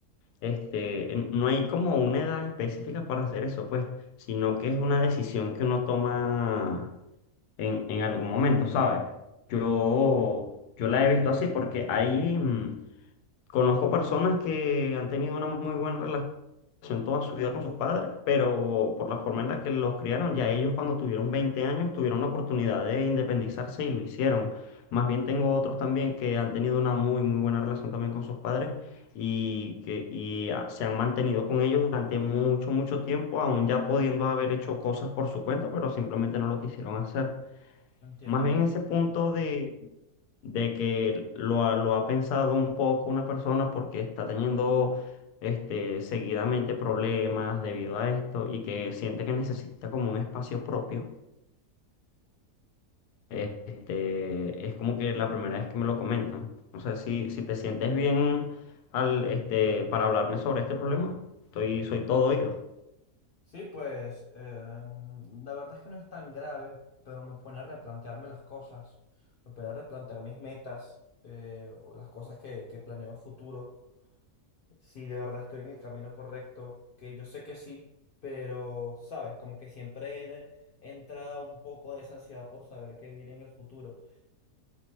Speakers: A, on the left; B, on the left.
A: este, en- no hay como una edad específica para hacer eso, pues, sino que es una decisión que uno toma en, en algún momento, ¿sabes? Yo, yo la he visto así porque ahí mm, conozco personas que han tenido una muy buena relación toda su vida con sus padres, pero por la forma en la que los criaron, ya ellos cuando tuvieron 20 años tuvieron la oportunidad de independizarse y lo hicieron. Más bien tengo otros también que han tenido una muy, muy buena relación también con sus padres y que y, ah, se han mantenido con ellos durante mucho, mucho tiempo, aún ya pudiendo haber hecho cosas por su cuenta, pero simplemente no lo quisieron hacer.
B: Entiendo.
A: Más bien ese punto de, de que lo ha, lo ha pensado un poco una persona porque está teniendo este, seguidamente problemas debido a esto y que siente que necesita como un espacio propio, eh, este, es como que la primera vez que me lo comentan. No sé si, si te sientes bien al, este, para hablarme sobre este problema. Estoy, soy todo oído.
B: Sí, pues em, la verdad es que no es tan grave, pero me pone a replantearme las cosas, me pone a replantear mis metas eh, o las cosas que, que planeo a futuro, si de verdad estoy en el camino correcto, que yo sé que sí, pero sabes, como que siempre entra un poco de esa ansiedad por saber qué viene en el futuro.